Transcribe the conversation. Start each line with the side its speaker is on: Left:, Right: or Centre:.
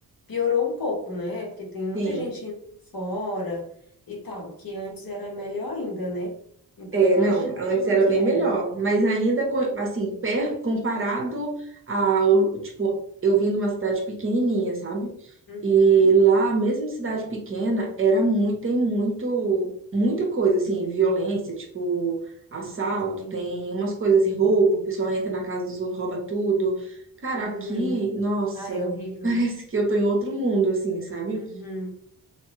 Left: piorou um pouco, né? Porque tem muita
Right: Sim.
Left: gente indo fora e tal, que antes era melhor ainda, né? Então
Right: É,
Left: imagina
Right: não, antes
Left: como
Right: era
Left: que
Right: bem
Left: era.
Right: melhor, mas ainda, co- assim, per, comparado ao, tipo, eu vim de uma cidade pequenininha, sabe?
Left: Uhum,
Right: E lá, mesmo cidade pequena, era muito, tem muito, muita coisa, assim, violência, tipo, assalto,
Left: sim.
Right: tem umas coisas assim, roubo, o pessoal entra na casa dos outros, rouba tudo. Cara, aqui,
Left: Uhum.
Right: nossa,
Left: Ah, é horrível.
Right: <laughs> parece que eu tô em outro mundo, assim, sabe?
Left: Uhum.